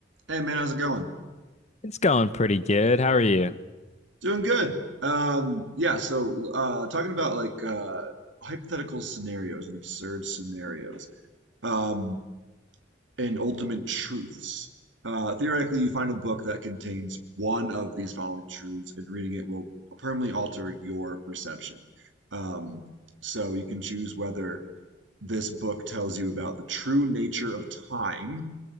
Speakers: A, on the right; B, on the left.
A: Hey man, how's it going?
B: It's going pretty good. How are you?
A: Doing good. Um, yeah, so uh, talking about like uh, hypothetical scenarios and absurd scenarios um, and ultimate truths. Uh, theoretically, you find a book that contains one of these following truths, and reading it will permanently alter your perception. Um, so you can choose whether this book tells you about the true nature of time